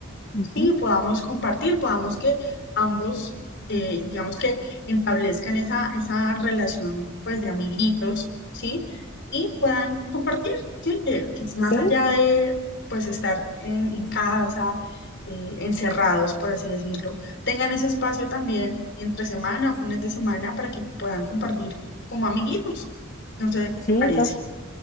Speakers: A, on the left (about 40°); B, on the left (about 60°).
A: Ujú.
B: Sí, podamos compartir, podamos que ambos, eh, digamos que establezcan esa, esa relación pues de amiguitos, ¿sí? Y puedan compartir, ¿sí? Que, que es más
A: Sí,
B: allá de pues estar en, en casa, eh, encerrados, por así decirlo, tengan ese espacio también entre semana o fines de semana para que puedan compartir como amiguitos. No sé qué
A: sí,
B: te parece.
A: yo